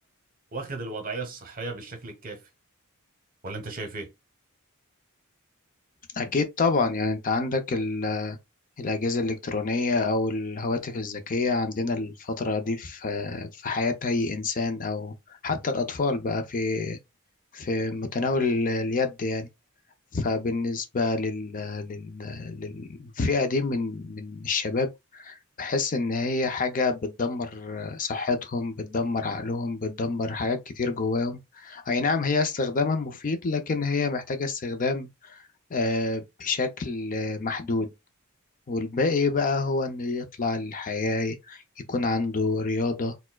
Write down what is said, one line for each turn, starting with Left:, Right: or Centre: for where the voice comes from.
Right: واخد الوضعية الصحية بالشكل الكافي ولا أنت شايف إيه؟
Left: اكيد طبعا يعني انت عندك ال- الاجهزه الالكترونيه او الهواتف الذكيه عندنا الفتره دي في في حياه اي انسان او حتى الاطفال بقى في في متناول ال- اليد يعني فبالنسبه لل... لل... للفئه دي من من الشباب بحس إن هي حاجة بتدمر صحتهم بتدمر عقلهم بتدمر حاجات كتير جواهم أي نعم هي استخدامها مفيد لكن هي محتاجة استخدام آه، بشكل آه، محدود والباقي بقى هو إنه يطلع الحياة يكون عنده رياضة